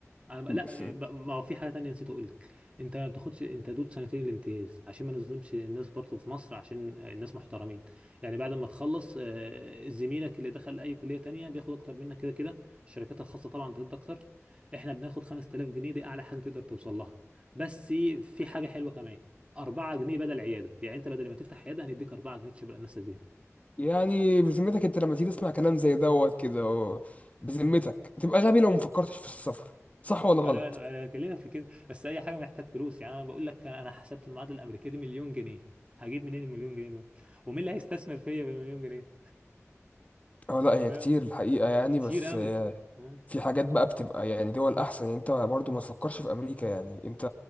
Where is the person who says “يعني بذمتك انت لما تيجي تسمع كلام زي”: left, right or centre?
Left